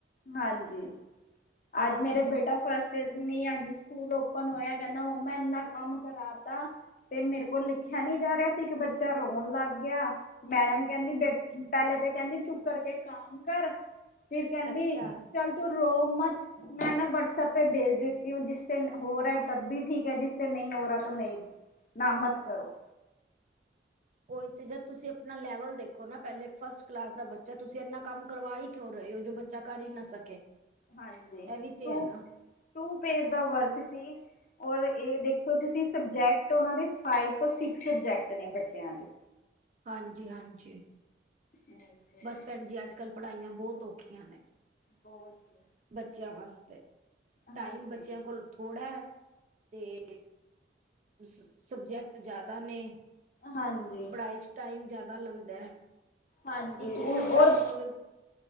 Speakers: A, on the left; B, on the right.
A: ਹਾਂਜੀ। ਅੱਜ
B: ਇਹ ਤੇ
A: ਮੇਰੇ
B: ਹੈ
A: ਬੇਟਾ ਫਸਟ ਅੱਜ ਸਕੂਲ ਓਪਨ ਹੋਇਆ ਕਹਿੰਦਾ ਮੰਮਾ ਇੰਨਾ ਕੰਮ ਕਰਾ ਤਾ ਤੇ ਮੇਰੇ ਕੋਲ ਲਿਖਿਆ ਨੀ ਜਾ ਰਿਹਾ ਸੀ। ਇੱਕ ਬੱਚਾ ਰੋਣ ਲੱਗ ਗਿਆ। ਮੈਡਮ ਕਹਿੰਦੀ ਬੇ
B: ਅੱਛਾ
A: ਪਹਿਲੇ ਤੇ ਕਹਿੰਦੀ ਚੁੱਪ ਕਰਕੇ ਕਮ ਕਰ ਫਿਰ ਕਹਿੰਦੀ।
B: ਅੱਛਾ
A: ਚੱਲ ਤੂੰ ਰੋ ਮਤ ਮੈਂ ਨਾ ਵਟਸਐਪ ਪੇ ਭੇਜ ਦੇਤੀ ਐ ਜਿਸੇ ਹੋ ਰਿਹਾ ਹੈ ਤਬ ਵੀ ਠੀਕ ਹੈ ਜਿਸੇ ਨਹੀਂ ਹੋ ਰਿਹਾ ਨਹੀਂ। ਨਾ ਮਤ ਕਰੋ।
B: ਉਈ ਤੇ ਜਦ ਤੁਸੀਂ ਆਪਣਾ ਲੈਵਲ ਦੇਖੋ, ਨਾ ਪਹਿਲੇ ਇੱਕ ਫਸਟ ਕਲਾਸ ਦਾ ਬੱਚਾ ਤੁਸੀਂ ਇਨਾ ਕੰਮ ਕਰਵਾਈ। ਕਿਉਂ ਰਹੇ ਹੋ ਜੋ ਬੱਚਾ ਕਰ ਹੀ ਨਾ ਸਕੇ,
A: ਹਾਂਜੀ
B: ਇਹ ਵੀ ਤੇ
A: ਟੂ
B: ਹੈ ਨਾ-
A: ਟੂ ਪੇਜ ਦਾ ਵਰਕ ਸੀ। ਔਰ ਇਹ ਦੇਖੋ, ਤੁਸੀਂ ਸਬਜੈਕਟ ਉਹਨਾਂ ਦੇ ਫਾਈਵ ਤੋਂ ਸਿਕਸ ਸਬਜੈਕਟ ਨੇ ਬੱਚਿਆਂ ਦੇ।
B: ਹਾਂਜੀ - ਹਾਂਜੀ।
A: ਉਹੀ ਤੇ
B: ਬਸ
A: ਹੈ।
B: ਭੈਣ ਜੀ ਅੱਜ ਕੱਲ੍ਹ ਪੜ੍ਹਾਈਆਂ ਬਹੁਤ ਔਖੀਆਂ ਨੇ।
A: ਬਹੁਤ ਵਧੀਆ।
B: ਬੱਚਿਆਂ ਵਾਸਤੇ ਟਾਈਮ
A: ਹਾਂਜੀ,
B: ਬੱਚਿਆਂ ਕੋਲ ਥੋੜ੍ਹਾ ਹੈ। ਤੇ ਸਬਜੈਕਟ ਜ਼ਿਆਦਾ ਨੇ
A: ਹਾਂਜੀ।
B: ਪੜ੍ਹਾਈ ਟਾਈਮ ਜਿਆਦਾ ਲੱਗਦਾ।
A: ਹਾਂਜੀ
B: ਇੱਕ- ਇੱਕ ਸਬਜੈਕਟ
A: ਔਰ
B: ਨੂੰ ਵੀ